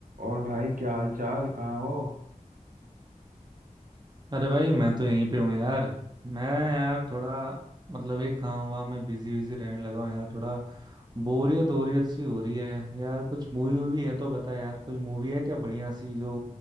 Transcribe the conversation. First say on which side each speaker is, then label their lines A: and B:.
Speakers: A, on the right (about 85°); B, on the right (about 30°).
A: और भाई क्या हाल चाल कहाँ हो
B: अरे भाई मैं तो यहीं पे हूँ यार मैं यार थोड़ा मतलब एक काम वाम में बिजी बिजी रहने लगा हूँ यार थोड़ा बोरियत बोरियत सी हो रही है यार कुछ मूवी वूवी है तो बता यार कोई मूवी है क्या बढ़िया सी जो